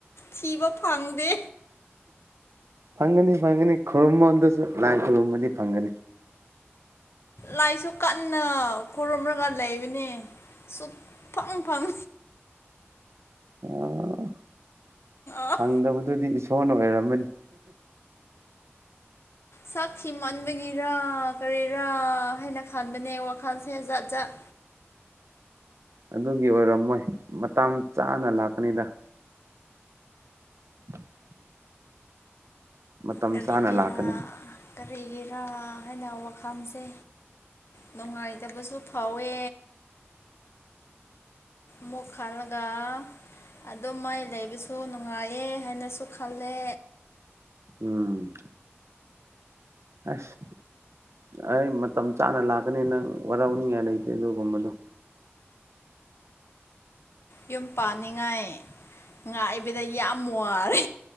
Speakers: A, on the left; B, on the right.
A: ꯊꯤꯕ ꯐꯪꯗꯦ꯫
B: ꯐꯪꯒꯅꯤ ꯐꯪꯒꯅꯤ ꯈꯨꯔꯨꯝꯃꯣ ꯑꯗꯨꯁꯨ ꯂꯥꯏ ꯈꯨꯔꯨꯝꯕꯗꯤ ꯐꯪꯒꯅꯤ꯫
A: ꯂꯥꯏꯁꯨ ꯀꯟꯅ ꯈꯨꯔꯨꯝꯃꯒ ꯂꯩꯕꯅꯦ꯫ ꯁꯨꯞꯐꯪ-ꯐꯪ
B: ꯑꯣ
A: ꯑ
B: ꯐꯪꯗꯕꯗꯨꯗꯤ ꯏꯁꯣꯔꯅ ꯑꯣꯏꯔꯝꯃꯅꯤ꯫
A: ꯁꯛ ꯊꯤꯃꯟꯕꯒꯤꯔ ꯀꯔꯤꯔꯥ ꯍꯥꯏꯅ ꯈꯥꯟꯕꯅꯦ ꯋꯥꯛ ꯈꯥꯟꯁꯦ ꯖꯥꯠ-ꯖꯥꯠ
B: ꯑꯗꯨꯒꯤ ꯑꯣꯏꯔꯝꯃꯣꯏ ꯃꯇꯝ ꯆꯥꯅ ꯂꯥꯛꯀꯅꯤꯗ꯫ <inaudible> ꯃꯇꯝ
A: ꯀꯔꯤꯒꯤꯔ-ꯀꯔꯤꯒꯤꯔ
B: ꯆꯥꯅ ꯂꯥꯛꯀꯅꯤ
A: ꯍꯥꯏꯅ ꯋꯥꯈꯜꯁꯦ ꯅꯨꯡꯉꯥꯏꯇꯕꯁꯨ ꯐꯥꯎꯋꯦ ꯃꯨꯛ ꯈꯜꯂꯒ ꯑꯗꯨꯃꯥꯏ ꯂꯩꯕꯁꯨ ꯅꯨꯡꯉꯥꯏꯌꯦ ꯍꯥꯏꯅꯁꯨ ꯈꯜꯂꯦ꯫
B: ꯎꯝ ꯑꯁ ꯑꯩ ꯃꯇꯝ ꯆꯥꯅ ꯂꯥꯛꯀꯅꯤ ꯅꯪ ꯋꯥꯔꯧ ꯅꯤꯡꯉꯥꯏ ꯂꯩꯇꯦ ꯑꯗꯨꯒꯨꯝꯕꯗꯣ꯫
A: ꯌꯨꯝ ꯄꯥꯟꯅꯤꯡꯉꯥꯏ ꯉꯥꯏꯕꯗ ꯌꯥꯝ ꯋꯥꯔꯦ꯫